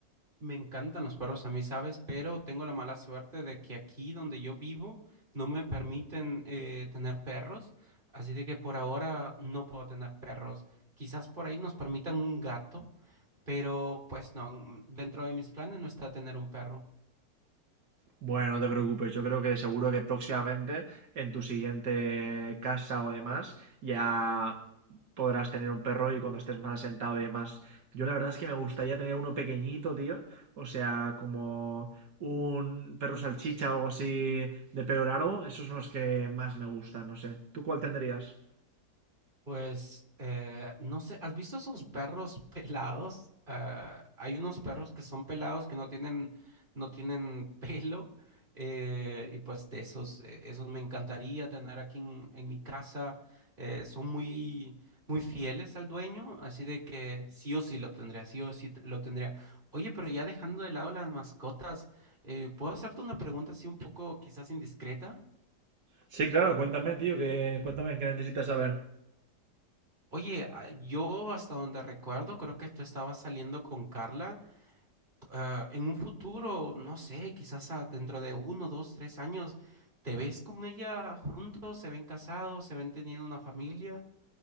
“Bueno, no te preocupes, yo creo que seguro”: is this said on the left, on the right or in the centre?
Right